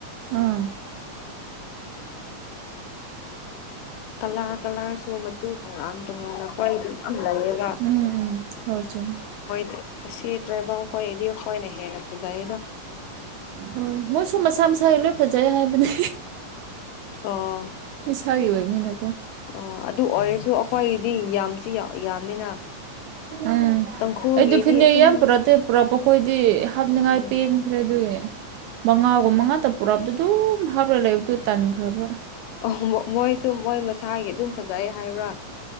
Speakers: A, on the right; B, on the left.
A: ꯑꯥ
B: ꯀꯂꯔ ꯀꯂꯔꯁꯨ ꯃꯆꯨ ꯇꯣꯉꯥꯟ ꯇꯣꯉꯥꯟꯅ ꯑꯩꯈꯣꯏꯗꯤ ꯌꯥꯝ ꯂꯩꯌꯦꯕ
A: ꯎꯝ ꯎꯝ ꯍꯣꯏ ꯆꯨꯝ
B: ꯍꯣꯏ ꯁꯤ ꯇꯥꯏꯕ ꯀꯣꯏ ꯑꯦꯗꯤꯈꯣꯏꯅꯍꯦꯅꯣꯖꯥꯏꯅ
A: ꯍꯣꯏ ꯃꯣꯏꯁꯨ ꯃꯁꯥ ꯃꯁꯥꯒꯤ ꯂꯣꯏ ꯐꯖꯩ ꯍꯥꯏꯕꯅꯤ
B: ꯑꯥ
A: ꯊ ꯑꯣꯏ ꯃꯤꯅ
B: ꯑ ꯑꯗꯨ ꯑꯣꯏꯔꯁꯨ ꯑꯩꯈꯣꯏꯒꯤꯗꯤ ꯌꯥꯝꯁꯤ ꯌꯥꯝꯃꯤꯅ
A: ꯎꯝ
B: ꯇꯥꯡꯈꯨꯜꯒꯤꯗꯤ
A: ꯑꯩꯗꯨ ꯐꯤꯅꯦꯛ
B: ꯑꯗꯨꯝ
A: ꯏꯌꯥꯝ ꯄꯨꯔꯛꯇꯦ ꯄꯨꯔꯛꯄꯈꯣꯏꯗꯤ ꯍꯥꯞꯅꯤꯡꯉꯥꯏ
B: ꯎꯝ
A: ꯄꯦꯟꯈ꯭ꯔꯦ ꯑꯗꯨꯒꯤ ꯃꯉꯥꯒꯨꯝ ꯃꯉꯥꯗ ꯄꯨꯔꯛꯑꯕꯗ ꯑꯗꯨꯝ ꯍꯥꯞꯂꯒ ꯂꯩꯕꯗꯨ ꯇꯟꯈ꯭ꯔꯕ
B: ꯑꯣ ꯃꯣꯏꯁꯨ ꯃꯣꯏ ꯃꯁꯥꯒꯤ ꯑꯗꯨꯝ ꯐꯖꯩ ꯍꯥꯏꯕ꯭ꯔꯥ